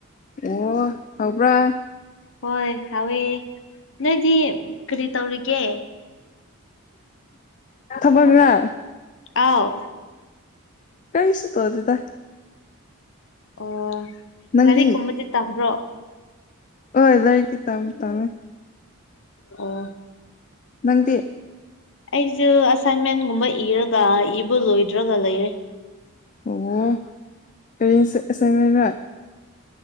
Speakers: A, on the left; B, on the left.
A: ꯑꯣ ꯍꯥꯎꯕ꯭ꯔꯥ
B: ꯍꯣꯏ ꯍꯥꯎꯋꯦ ꯅꯣꯏꯗꯤ ꯀꯔꯤ ꯇꯧꯔꯤꯒꯦ
A: ꯊꯕꯛꯔꯥ
B: ꯑꯥꯎ
A: ꯀꯩꯁꯨ ꯇꯧꯗ‌ꯦꯗ
B: ꯑꯣ
A: ꯅꯪꯗꯤ
B: ꯂꯥꯏꯔꯤꯛꯀꯨꯝꯕꯗꯤ ꯇꯝꯕ꯭ꯔꯣ
A: ꯍꯣꯏ ꯂꯥꯏꯔꯤꯠ ꯇꯤ ꯇꯝ ꯇꯝꯃ‌ꯦ
B: ꯑꯣ
A: ꯅꯪꯗꯤ
B: ꯑꯩꯁꯦ ꯑꯁꯥꯏꯟꯃꯦꯟꯒꯨꯝꯕ ꯏꯔꯒ ꯏꯕꯨ ꯂꯣꯏꯗ꯭ꯔꯒ ꯂꯩꯔꯦ
A: ꯑꯣ ꯀꯔꯤꯁ ꯑꯦꯁꯥꯏꯟꯃꯦꯟꯔꯥ